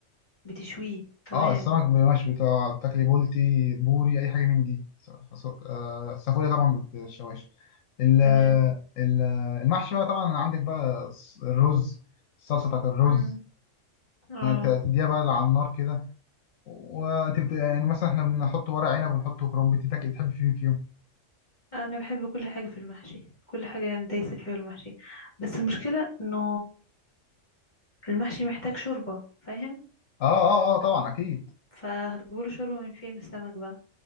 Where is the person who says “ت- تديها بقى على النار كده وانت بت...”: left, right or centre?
Left